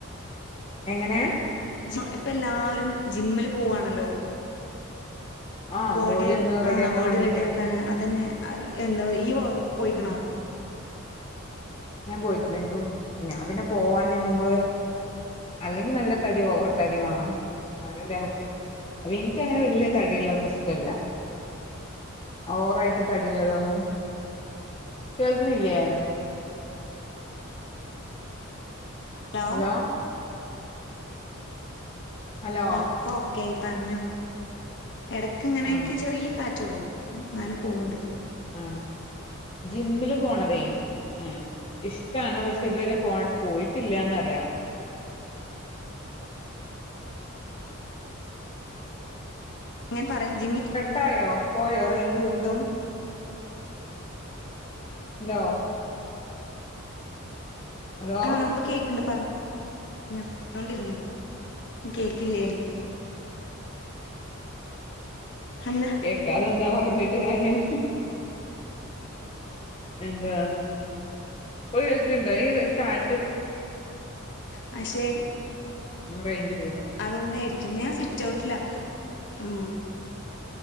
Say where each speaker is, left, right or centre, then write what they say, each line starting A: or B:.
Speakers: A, on the left; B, on the left.
A: എങ്ങനെ
B: ജി ഇപ്പ എല്ലാരും ജിമ്മില് പൂവാണല്ലോ
A: ആഹ്
B: ബോഡീം
A: ബോഡി ഒന്ന് റെഡിയാക്കാൻ
B: ആ ബോഡി
A: വേണ്ടിട്ടേ
B: റെഡിയക്കാന് അതന്നെ ആ എന്താ പറയ് ഇയ്യ് പോ പോയിക്കണോ
A: ഉം ഞാൻ പോയിട്ടില്ല എങ്കും ഞാൻ പിന്നെ പോവാഞ്ഞെ ഞമ്മക്ക് അല്ലെങ്കി നല്ല തടി ഓവർ തടി വാണം ന്നാലല്ലേ നമക്ക് അപ്പൊ എനിക്കങ്ങനെ വല്ല്യ തടിള്ളന്നും ഇഷ്ടല്ല ഓവറായിട്ട് തടിള്ളതൊന്നും കേൾക്കണില്ലേ
B: ലോ
A: ഹലോ ഹലോ
B: ആ ഇപ്പൊ ഓക്കെ ആയി പറഞ്ഞോ എടക്ക് ങ്ങനെ
A: ആഹ്
B: എനിക്ക് ചെറിയ കാറ്റള്ളൂ ന്നാലും പോവ്ണ്ട്
A: ആ ജിമ്മില് പോണതേ ആ ഇഷ്ടാണ് പക്ഷെ ഇതുവരെ പോയ് പോയിട്ടില്ല്യാന്നറയാ
B: അങ്ങനെ പറയും ജിമ്മി
A: കട്ടായോ പോയോ റേഞ്ച് വീണ്ടും ഹലോ ഹലോ
B: ആ പ്പൊ കേക്കണ്ട് പറഞ്ഞോണ്ടിര്ന്നൊ കേക്കില്ലേലും അല്ല
A: കേക്കാതെന്താ പറഞ്ഞിട്ട് കാര്യം എന്താ ഇപ്പൊ കേക്ക്ണ്ടോ ഈ റെ കാറ്റ്
B: പക്ഷേ
A: ആ റേഞ്ച് പോണ്
B: അതോണ്ടായിരിക്കും ഞാൻ സ്വിറ്റ് ഔട്ടിലാ ആ